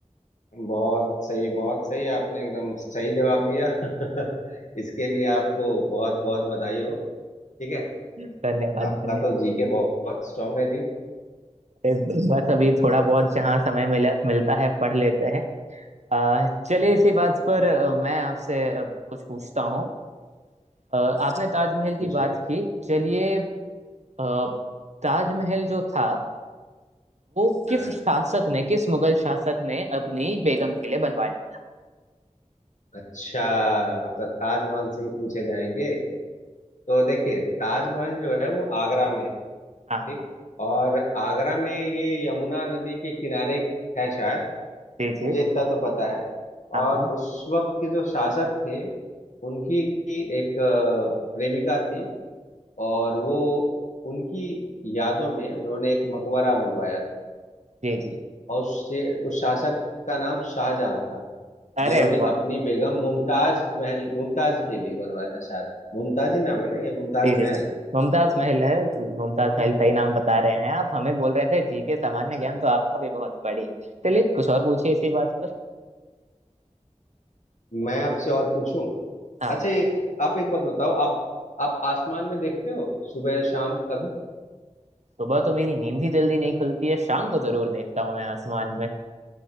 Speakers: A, on the left (about 75°); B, on the right (about 65°).
A: बहुत सही बहुत सही आपने एकदम सही जवाब दिया <laughs> इसके लिए आपको बहुत बहुत बधाई हो ठीक है
B: धन्यवाद
A: आपका
B: धन्यवाद
A: तो जीके बहुत, बहुत स्ट्रांग है जी
B: बस अभी थोड़ा बहुत जहाँ समय मिल, मिलता है पढ़ लेते हैं आ, चलिए इसी बात पर अ, मैं आपसे अ, कुछ पूछता हूँ अ, आपने ताजमहल की
A: पूछिए
B: बात की चलिए अ, ताजमहल जो था वो किस
A: अ,
B: शासक ने किस मुगल शासक ने अपनी बेगम के लिए बनवाया
A: अच्छा मतलब ताजमहल से ही पूछे जाएंगे तो देखिए ताजमहल जो है वो आगरा में है ठीक
B: हाँ हाँ
A: और आगरा में ये यमुना नदी के किनारे है शायद
B: जी जी
A: मुझे इतना तो पता है
B: हाँ
A: और
B: हाँ
A: उस वक्त के जो शासक थे उनकी एक अ, प्रेमिका थी और वो उनकी यादों में उन्होंने एक मकबरा बनवाया था
B: जी जी
A: और उस उस शासक का नाम शाहजहां था
B: अरे
A: जिन्होंने
B: वाह
A: अपनी बेगम मुमताज महल मुमताज के लिए बनवाया था शायद मुमताज ही नाम है ना या मुमताज
B: जी जी
A: महल
B: मुमताज महल है मुमताज महल सही नाम बता रहे हैं आप हमें बोल रहे थे जी के सामान्य
A: अच्छा
B: ज्ञान तो आपका भी बहुत बढ़िया है चलिए कुछ और पूछिए इसी बात पर
A: मैं आपसे और पूछूं
B: हाँ
A: अच्छा
B: हाँ,
A: ये आप एक बात बताओ आप आप आसमान में देखते हो सुबह शाम कभी
B: सुबह तो मेरी नींद ही जल्दी नहीं खुलती है शाम को जरूर देखता हूँ मैं आसमान में